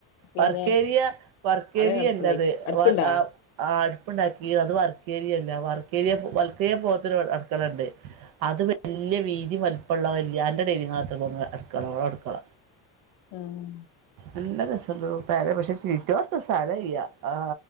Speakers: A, on the left (about 60°); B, on the right (about 65°).
A: പിന്നെ
B: വർക്കേരിയ വർക്കേരിയ
A: അവിടെ അടുപ്പുണ്ടായി
B: അല്ലത്
A: അടുപ്പുണ്ടാ
B: ആഹ് ആ ആ അടുപ്പുണ്ടാക്കി അത് വർക്കേരിയല്ല വർക്കേരിയ വലത്തെ പോവത്തൊരു അടുക്കള ഉണ്ട് അത് വല്യ വീതി വലും ഇപ്പൊള്ള വല്യാന്റെ <unintelligible> അത്ര <unintelligible> അടുക്കളോട് അടുക്കള
A: ഉം
B: നല്ല രസോണ്ടണ്ടോ പാരെ പക്ഷെ സീറ്റോത്ത സ്ഥലം ഇയ്യ ആ